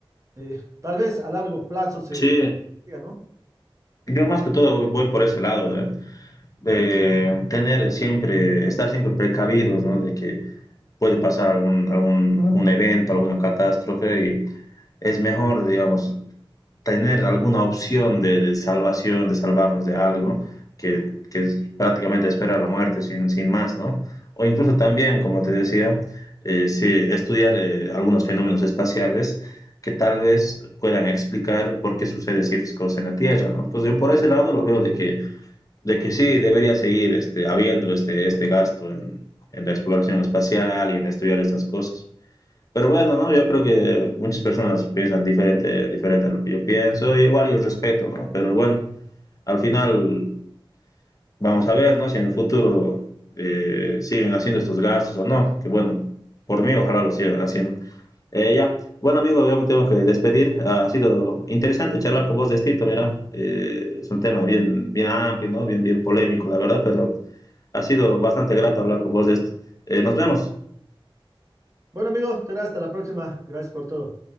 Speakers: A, on the right; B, on the left.
A: Eh, tal vez a largo plazo se
B: Sí,
A: diga, ¿no?
B: yo más que todo voy por ese lado, de, de tener siempre, estar siempre precavidos, ¿no? De que puede pasar algún, algún, algún evento, alguna catástrofe y es mejor, digamos, tener alguna opción de, de salvación, de salvarnos de algo, que, que es prácticamente esperar la muerte sin, sin más, ¿no? O incluso también, como te decía, eh, sí, estudiar eh, algunos fenómenos espaciales que tal vez puedan explicar por qué sucede ciertas cosas en la Tierra, ¿no? Entonces, yo por ese lado lo veo de que de que sí debería seguir este, habiendo este, este gasto en, en la exploración espacial y en estudiar estas cosas. Pero bueno, ¿no? Yo creo que muchas personas piensan diferente, diferente a lo que yo pienso, igual yo respeto, ¿no? Pero bueno, al final vamos a ver, ¿no? Si en el futuro eh, siguen haciendo estos gastos o no, que bueno, por mí ojalá lo sigan haciendo. Eh, ya, bueno amigo, yo me tengo que despedir. Ha sido interesante charlar con vos de esto mira, eh, es un tema bien, bien amplio, ¿no? Bien, bien polémico, la verdad, pero ha sido bastante grato hablar con vos de esto. Eh, nos vemos.
A: Bueno, amigos, será hasta la próxima. Gracias por todo.